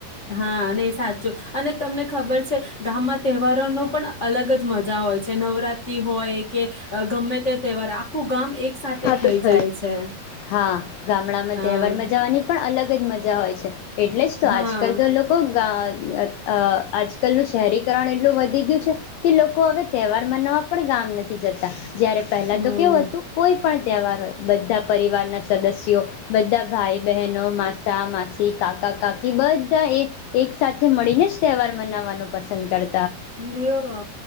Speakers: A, on the left (about 55°); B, on the left (about 75°).
A: હા, નહી સાચું અને તમને ખબર છે, ગામમાં તહેવારોનો પણ અલગજ મજા હોય છે. નવરાત્રી હોય કે ગમે તે તહેવાર આખું ગામ એક સાથે
B: હા,
A: થઈ
B: તો થય.
A: જાય છે
B: હા, ગામડામાં
A: હા
B: તહેવારમાં જાવાની પણ અલગ જ મજા હોય છે. એટલે જ તો
A: હા
B: આજકાલ તો લોકો ગા અહ આજકાલ ન શહેરીકરણ એટલું વધી ગયું છે, કે લોકો હવે તહેવાર મનાવવા પણ ગામ નથી જતા. જ્યારે પહેલાં
A: હમ
B: તો કેવું હતું ને પણ તહેવાર હોય બધા પરિવારના સદસ્યો બધા ભાઈ બહેનો માસા માસી કાકા કાકી બધા એ એક સાથે મળીને જ તહેવાર મનાવવાનું પસંદ કર
A: બીઓરો